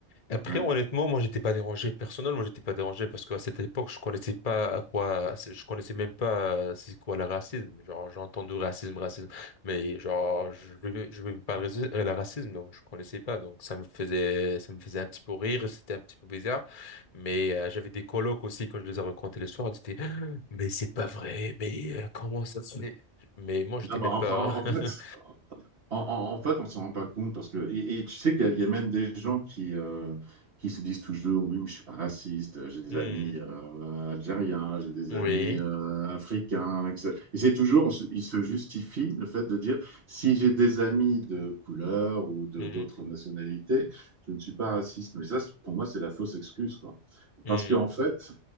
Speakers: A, on the left (about 40°); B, on the right (about 70°).
A: Après,
B: Ouais.
A: honnêtement, moi, j'étais pas dérangé. Personnellement, j'étais pas dérangé parce qu'à cette époque, je connaissais pas à quoi, je connaissais même pas euh, c'est quoi le racisme. Genre, j'ai entendu racisme, racisme, mais genre, je vivais, je vivais pas le raci- euh, le racisme, donc je connaissais pas. Donc, ça me faisait, ça me faisait un petit peu rire, c'était un petit peu bizarre. Mais euh, j'avais des colocs aussi quand je les ai racontés le soir, ils étaient, mais c'est pas vrai, mais euh, comment ça se fait? Mais moi, j'étais
B: Ah bah,
A: même
B: enfin,
A: pas.
B: en fait,
A: <laughs>
B: En, en- en fait, on s'en rend pas compte parce que et, et tu sais qu'il y, a il y a même des gens qui euh, qui se disent toujours oui mais je suis pas raciste euh, j'ai des
A: Hmm,
B: amis euh, algériens j'ai des
A: Oui,
B: amis euh, africains etc. Et c'est toujours on se- ils se justifient le fait de dire si j'ai des amis de couleur ou de
A: Hmm,
B: d'autres nationalités je ne suis pas raciste mais ça c'est- pour moi c'est la fausse excuse quoi
A: hmm,
B: parce qu'en fait